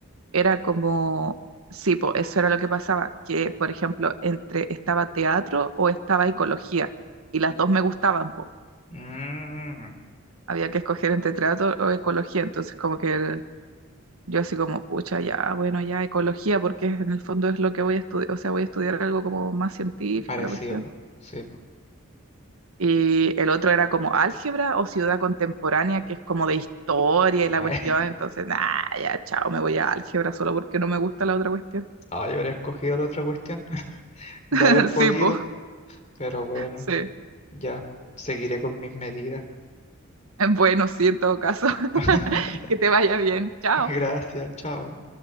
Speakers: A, on the right; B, on the left.
A: era como, sí, po, eso era lo que pasaba, que por ejemplo, entre estaba teatro o estaba ecología, y las dos me gustaban, po.
B: Mmm,
A: Había que escoger entre teatro o ecología, entonces como que el- yo así como, pucha, ya, bueno, ya ecología, porque en el fondo es lo que voy a estudiar, o sea, voy a estudiar algo como más científico,
B: parecido,
A: la cuestión.
B: po. Sí, po.
A: Y el otro era como álgebra o ciudad contemporánea, que es como de historia y la
B: <laughs>
A: cuestión. Entonces, nah, ya, chao, me voy a álgebra solo porque no me gusta la otra cuestión.
B: Ah, yo habría escogido la otra cuestión de
A: <laughs>
B: haber podido,
A: Sí, po,
B: pero bueno,
A: sí.
B: ya seguiré con mis medidas.
A: <laughs> Bueno, sí, en todo caso, <laughs>
B: <laughs>
A: que te vaya bien. Chao.
B: Gracias, chao.